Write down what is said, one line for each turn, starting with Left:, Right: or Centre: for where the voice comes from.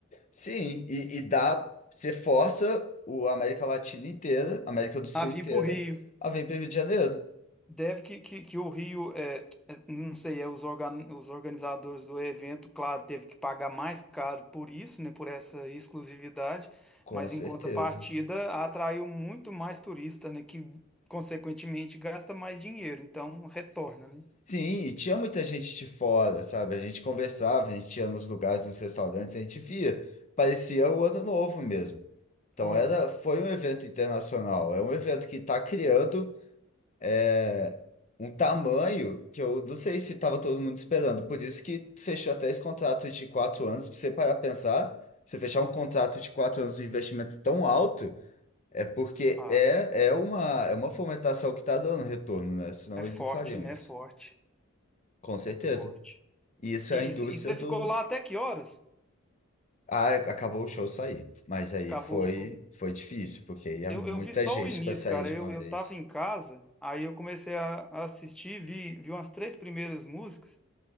Left: Sim, e, e dá, você força o a América Latina inteira, a América do Sul
Centre: Ah, vim
Left: inteira,
Centre: pro Rio.
Left: a vir para o Rio de Janeiro.
Centre: Deve que, que, que o Rio, é, é, não sei, é, os, organ, os organizadores do evento, claro, teve que pagar mais caro por isso, né, por essa exclusividade,
Left: Com
Centre: mas
Left: certeza.
Centre: em contrapartida atraiu muito mais turista, né, que consequentemente gasta mais dinheiro, então retorna,
Left: Sim,
Centre: né?
Left: e tinha muita gente de fora, sabe? A gente conversava, a gente ia nos lugares, nos restaurantes, a gente via. Parecia o Ano Novo mesmo. Então
Centre: Ó,
Left: era, foi um evento internacional, é um evento que está criando é, um tamanho que eu não sei se estava todo mundo esperando. Por isso que fechou até esse contrato de quatro anos. Pra você parar pra pensar, você fechar um contrato de quatro anos de investimento tão alto é porque
Centre: ah,
Left: é, é uma, é uma fomentação que está dando retorno, né? Senão
Centre: é forte,
Left: eles não fariam
Centre: né?
Left: isso.
Centre: É forte,
Left: Com certeza.
Centre: é forte.
Left: E isso
Centre: E,
Left: é a indústria
Centre: e você
Left: do.
Centre: ficou lá até que horas?
Left: Ah, acabou o show sair. Mas aí
Centre: Acabou
Left: foi,
Centre: o show.
Left: foi difícil, porque aí é
Centre: Eu,
Left: muita
Centre: eu vi só
Left: gente
Centre: o início,
Left: para sair
Centre: cara.
Left: de
Centre: Eu,
Left: uma vez.
Centre: eu tava em casa, aí eu comecei a, a assistir, vi, vi umas três primeiras músicas.